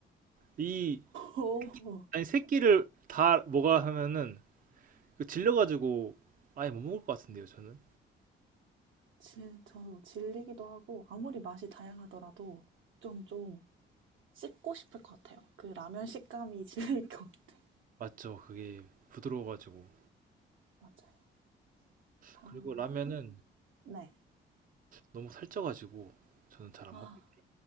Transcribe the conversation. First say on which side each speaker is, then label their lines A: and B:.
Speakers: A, on the right; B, on the right.
A: 이,
B: 오,
A: 아니, 세 끼를 다 먹어야 하면은 그 질려가지고 아예 못 먹을 것 같은데요, 저는.
B: 진, 저도 질리기도 하고 아무리 맛이 다양하더라도 좀, 좀 씹고 싶을 것 같아요. 그 라면 식감이 <laughs> 질릴 것 같아요.
A: 맞죠? 그게 부드러워가지고.
B: 맞아요. 다음.
A: 그리고 라면은
B: 네.
A: 너무 살쪄가지고 저는 잘 안
B: 아,
A: 먹겠...